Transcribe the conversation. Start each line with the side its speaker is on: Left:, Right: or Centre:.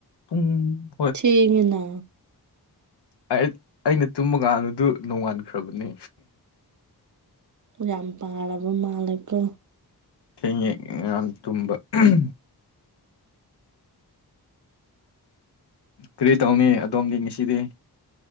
Left: ꯎꯝ
Right: ꯊꯦꯡꯉꯦꯅ
Left: ꯑꯩꯠ ꯑꯩꯅ ꯇꯨꯝꯕ ꯀꯥꯟꯗꯗꯨ ꯅꯣꯡꯉꯥꯟꯈ꯭ꯔꯕꯅꯦ
Right: ꯌꯥꯝ ꯄꯥꯔꯕ ꯃꯥꯜꯂꯦꯀꯣ
Left: ꯊꯦꯡꯉꯦ ꯉꯔꯥꯡ ꯇꯨꯝꯕ ꯑꯍꯝ ꯀꯔꯤ ꯇꯧꯅꯤ ꯑꯗꯣꯝꯗꯤ ꯉꯁꯤꯗꯤ